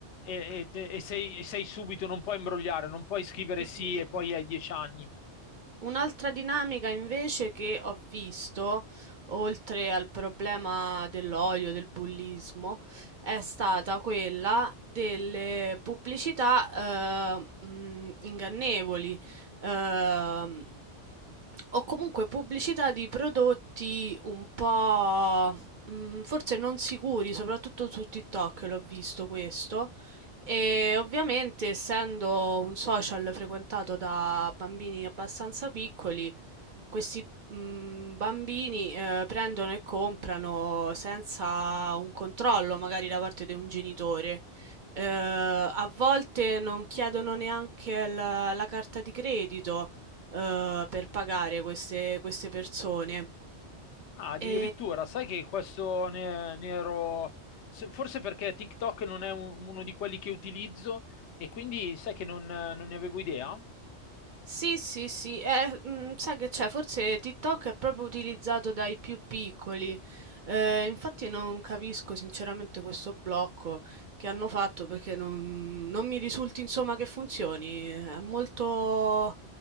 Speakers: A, on the left; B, on the right.
A: E, e- e sei, e sei subito, non puoi imbrogliare, non puoi scrivere
B: Mm,
A: sì
B: mm, mm, mm,
A: e poi
B: mm. mm.
A: hai dieci anni.
B: Un'altra dinamica invece che ho visto, oltre al problema dell'odio, del bullismo, è stata quella delle pubblicità eh, mh, ingannevoli. Ehm, o comunque pubblicità di prodotti un po' mh, forse non sicuri, soprattutto su TikTok l'ho visto questo. E ovviamente, essendo un social frequentato da bambini abbastanza piccoli, questi mm, bambini eh, prendono e comprano senza un controllo, magari da parte di un genitore. Eh, a volte non chiedono neanche la, la carta di credito eh, per pagare queste, queste persone.
A: Ah, addirittura,
B: E...
A: sai che questo ne, ne ero... se- Forse perché TikTok non è un- uno di quelli che utilizzo e quindi sai che non, non ne avevo idea.
B: Sì, sì, sì, eh, mm, sai che c'è, forse TikTok è proprio utilizzato dai più piccoli, Eh, infatti non capisco sinceramente questo blocco che hanno fatto perché non, non mi risulti insomma che funzioni, è molto,